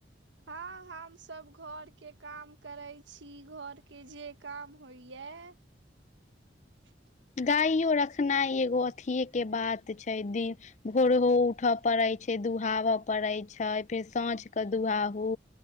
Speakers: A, on the right; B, on the left.
A: हँ हमसभ घरके काम करैत छी घरके जे काम होइएा। <unintelligible>
B: गाइयो रखनाइ एगो अथिे के बात छैय दिन। भोर हो उठय पड़ैत छैय दुहाबैय पड़ैत छैय फेर साँझके दुहाहू।